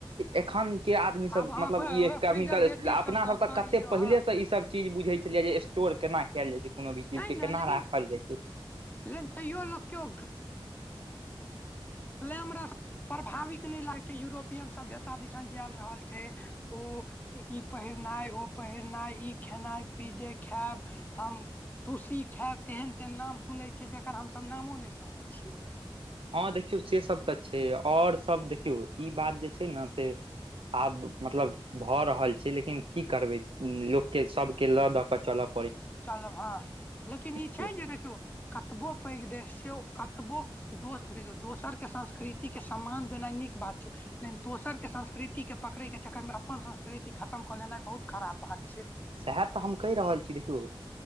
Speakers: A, on the right; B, on the left.
A: एखन के आदमी सब
B: आब हँ
A: मतलब ई केमिकल
B: प्रिजर्वेटिव
A: स् अपना
B: दऽ
A: सब तऽ
B: कऽ
A: कते
B: इो
A: पहिले
B: हँ
A: से ई सब चीज बुझे छलियै जे स्टोर केना कयल जाइ छै कोनो भी चीज
B: तै
A: के
B: ने
A: केना
B: लेकिन
A: राखल जाइ छै।
B: लेकिन तैयो लोक केो ले हमरा सँ प्रभाविक नहि लागै छै यूरोपियन सभ्यता दिसन जयल रहल छै। ओ ई पहिरनाइ, ओ पहिरनाइ ई, खेनाइ पी् जेे खायब। हम सुशी खायब तेहन-तेहन नाम सुनै छियै जकर हमसभ नामो नहि सुनने छियै।
A: हँ देखियौ से सब तऽ छै आओर सब देखियौ ई बात जे छै ने से आब मतलब भऽ रहल छै लेकिन की करबै लोकके सभके लऽ दऽ कऽ चलब।
B: चलब हँ लेकिन ई
A: छियै
B: छै जे देखियौ कतबो पैघ देश से कतबो दोस देखियौ दोसर के संस्कृति के सम्मान देनाइ नीक बात छै। लेकिन दोसरके संस्कृतिके पकड़ैके चक्करमे अपन संस्कृति खतम कऽ लेनाइ बहुत खराब बात छै।
A: सएह तऽ हम कहि रहल छी देखियौ।